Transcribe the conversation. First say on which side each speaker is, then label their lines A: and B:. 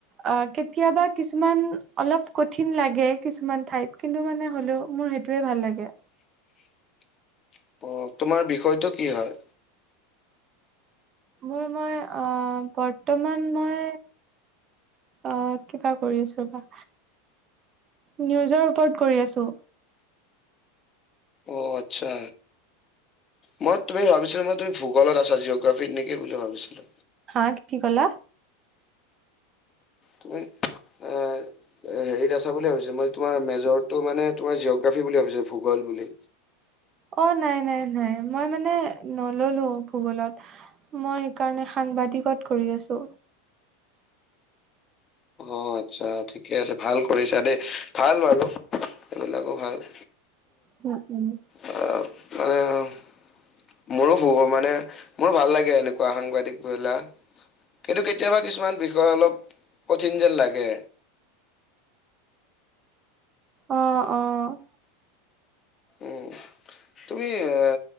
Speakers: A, on the right (about 35°); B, on the left (about 30°).
A: অ কেতিয়াবা কিছুমান অলপ কঠিন লাগে কিছুমান ঠাইত কিন্তু মানে হ'লেও মোৰ সেইটোয়ে ভাল লাগে
B: <inaudible> অ তোমাৰ বিষয়টো কি হয়?
A: মোৰ মই অ বৰ্তমান মই আহ কিবা কৰিছো বা নিউজৰ ওপৰত কৰি আছোঁ।
B: অ আচ্ছা মই তুমি ভাবিছিলো মই তুমি ভূগোলত আছা জিঅগ্ৰাফিত নেকি বুলি ভাবিছিলো।
A: হা কি কলা।
B: তুমি এ হেৰিত আছা বুলি ভাবিছো মই তোমাৰ মেজৰ- টো মানে তোমাৰ জিঅগ্ৰাফি বুলি ভাবিছে ভূগল বুলি।
A: অ নাই নাই নাই মই মানে নললো ভূগোলত মই সেইকাৰণে সাংবাদিক- দিকত কৰি আছো।
B: অ আচ্ছা ঠিকে আছে ভাল কৰিছা দেই ভাল বাৰু- এইবিলাকো ভাল-
A: উম উম-
B: আহ, মানে- মোৰো ভগৱানে, মোৰ ভাল লাগে এনেকুৱা সাংবাদিক বিলাক। কিন্তু কেতিয়াবা কিছুমান বিষয় অলপ কঠিন যেন লাগে।
A: অঁ, অঁ
B: ওঁ তুমি এ,